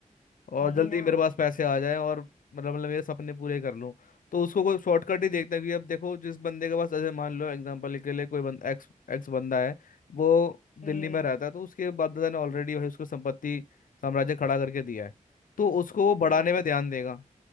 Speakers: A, on the left (about 85°); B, on the left (about 65°).
A: और
B: वही
A: जल्दी
B: ना
A: मेरे पास पैसे आ जाएं और मतलब मतलब मेरे सपने पूरे कर लूं तो उसको कोई शॉर्टकट
B: हम्म
A: ही देखता है क्योंकि अब देखो जिस बंदे के पास जैसे मान लो एग्जांपल के लिए कोई बंदा एक्स एक्स बंदा है वो दिल्ली
B: हम्म
A: में रहता है तो उसके बापदादा ने ऑलरेडी भाई उसको संपत्ति साम्राज्य खड़ा करके दिया है तो उसको वो बढ़ाने
B: हम्म
A: में ध्यान देगा